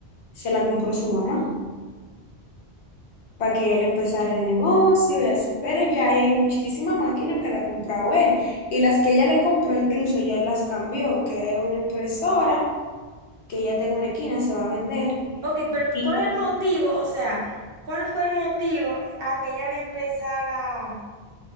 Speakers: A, on the left; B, on the right.
A: se la compró su mamá para que él empezara el negocio y así. Pero ya hay muchísima máquina que la ha comprado él. Y las que ella le compró, incluso ya él las cambió, que es una impresora, que ya tengo una esquina, se va a vender,
B: Ok, pero
A: y
B: ¿cuál es el motivo? O sea, ¿cuál fue el motivo a que ella le empezara